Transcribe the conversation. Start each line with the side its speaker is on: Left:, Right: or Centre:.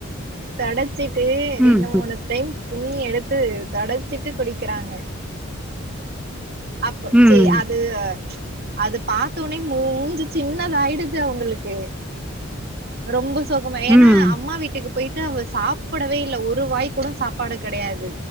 Right: தொடச்சி டூ
Centre: ம்
Right: ரெண்டு மூணு டைம் நீ எடுத்து தெடச்சிட்டு குடிக்கிறாங்க அப்ப
Centre: ம்
Right: சே அது அது பாத்தோனே மூஞ்சு சின்னதாயிடுது அவங்களுக்கு ரொம்ப சோகம
Centre: ம்
Right: ஏன்னா அம்மா வீட்டுக்கு போயிட் அவ சாப்பிடவே இல்ல ஒரு வாய்கூட சாப்பிட பாடு கிடையாது